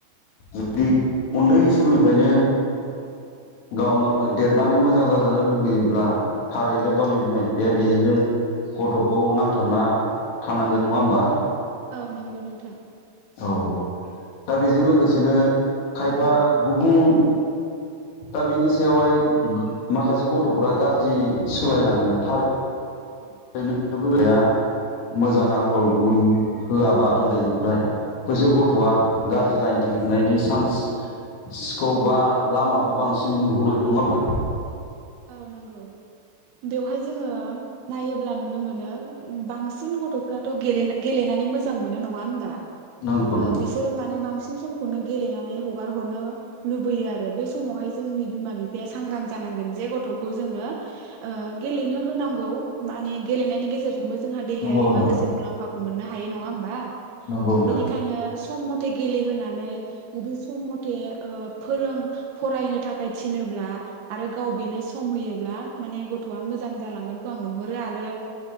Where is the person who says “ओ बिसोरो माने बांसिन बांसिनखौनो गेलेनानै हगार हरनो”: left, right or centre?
Right